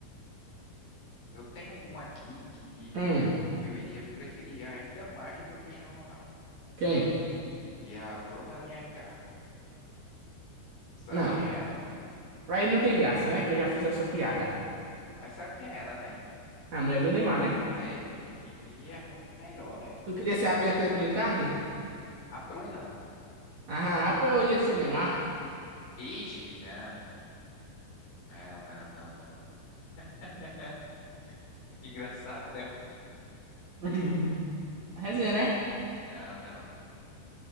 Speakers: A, on the left; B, on the right.
A: Eu tenho um aqui que
B: hum,
A: eu iria preferir ainda mais do que o Cristiano Ronaldo,
B: Quem?
A: e é a Bruna Biancar. Sabe
B: Não.
A: quem é ela?
B: Aí não tem graça, né? Que eu já fiz essa piada.
A: Mas sabe quem é ela, né?
B: A mulher do Neymar, né?
A: É, e, e- e é muito melhor, né?
B: Tu queria ser a Bianca
A: Convenhamos.
B: Biancardi?
A: A Bruna.
B: Ah, pô, eu ia ser o Neymar.
A: Ixi, não. Não, não, não, não. <laughs> Engraçado, não.
B: <laughs> Resenha, né?
A: Não, não, não.